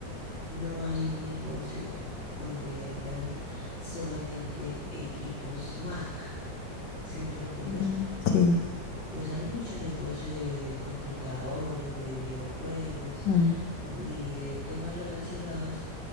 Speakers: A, on the left (about 35°); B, on the left (about 70°).
A: no hay un negocio donde vendan solamente equipos Mac. ¿Sí me hago entender?
B: Mm, Sí.
A: Pues hay mucho negocio de computadores, de videojuegos
B: Mm,
A: y de temas relacionados,